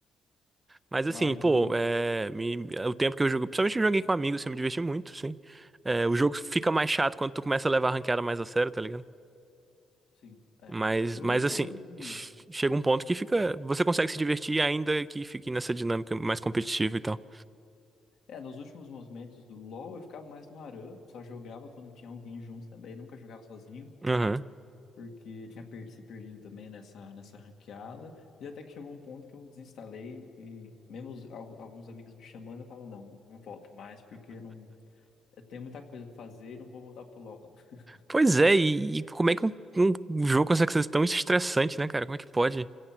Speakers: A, on the right; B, on the left.
A: Mas
B: Mas
A: assim, pô,
B: eu,
A: é, me- o tempo que eu jogo, principalmente eu joguei com amigos, assim, eu me diverti muito, sim. É, o jogo fica mais chato quando tu começa a levar a ranqueada mais a sério, tá ligado?
B: sim, é.
A: Mas,
B: Eu,
A: mas assim,
B: eu,
A: chega um ponto que fica, você consegue se divertir ainda que fique nessa dinâmica mais competitiva e tal.
B: é, nos últimos momentos do LoL eu ficava mais no ARAM, só jogava quando tinha alguém junto também, nunca jogava sozinho.
A: Aham.
B: porque eu tinha per- se perdido também nessa, nessa ranqueada. E até que chegou um ponto que eu desinstalei e mesmo os- al- alguns amigos me chamando, eu falo, não, não volto mais, porque não, eu tenho muita coisa pra fazer e não vou voltar pro LoL, não. <laughs>
A: Pois é, e, e como é que um, um jogo consegue ser tão estressante, né, cara? Como é que pode?